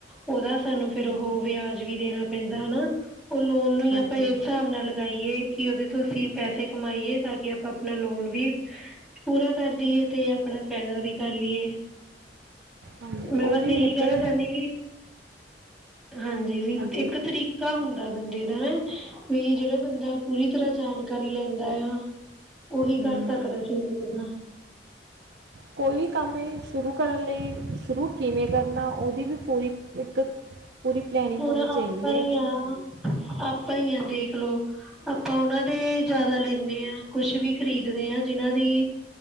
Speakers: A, in the centre; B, on the right.
A: ਉਹਦਾ ਸਾਨੂੰ। ਫੇਰ
B: ਹਾਂਜੀ
A: ਉਹ ਵਿਆਜ ਵੀ ਦੇਣਾ ਪੈਂਦਾ ਹਨਾ ਉਹ ਲੋਨ ਨੂੰ ਹੀ
B: ਹਾਂਜੀ
A: ਆਪਾਂ ਇਸ ਹਿਸਾਬ ਨਾਲ। ਕਰਾਈਏ ਕਿ ਉਹਦੇ ਤੋਂ ਅਸੀਂ ਪੈਸੇ ਕਮਾਈਏ ਤਾਂ ਕਿ ਆਪਾਂ ਆਪਣਾ ਲੋਨ ਵੀ। ਪੂਰਾ ਕਰਦੀਏ ਤੇ ਆਪ। ਆਪਣਾ ਫਾਇਦਾ ਵੀ ਕਰ ਲਈਏ
B: ਹਾਂਜੀ
A: ਮੈਂ
B: ਉਹ
A: ਬਸ
B: ਵੀ
A: ਇਹੀ
B: ਹੈਗਾ
A: ਕਹਿਣਾ
B: ਹੀ
A: ਚਾਹੁੰਦੀ ਵਿ ਹਾਂਜੀ ਵੀ
B: ਹਾਂਜੀ
A: ਇੱਕ ਤਰੀਕ ਪਤਾਂ ਹੁੰਦਾ ਬੰਦੇ ਦਾ ਹਨਾ ਵੀ ਜਿਹੜਾ ਬੰਦਾ ਪੂਰੀ ਤਰ੍ਹਾਂ ਜਾਣਕਾਰੀ ਲੈਂਦਾ ਆ। ਉਹੀ ਕਰ
B: ਹਮ
A: ਸਕਦਾ ਚੰਗੀ ਤਰ੍ਹਾਂ।
B: ਕੋਈ ਵੀ ਕੰਮ ਏ ਸ਼ੁਰੂ ਕਰਨ ਲਈ, ਸ਼ੁਰੂ ਕਿਵੇਂ ਕਰਨਾ ਉਦੀ ਵੀ ਪੂਰੀ ਇੱਕ ਪੂਰੀ ਪਲੈਨਿੰਗ
A: ਹੁਣ
B: ਹੋਣੀ ਚਾਹੀਦੀ
A: ਆਪਾਂ
B: ਹੈ
A: ਈ ਆ, ਆਪਾਂ ਈ ਆ ਦੇਖਲੋ ਆਪਾਂ ਉਨਾਂ ਦੇ ਜਿਆਦਾ ਲੈਂਨੇ ਆ ਕੁਛ ਵੀ ਖ਼ਰੀਦ ਦੇ ਆ ਜਿਨਾਂ ਦੀ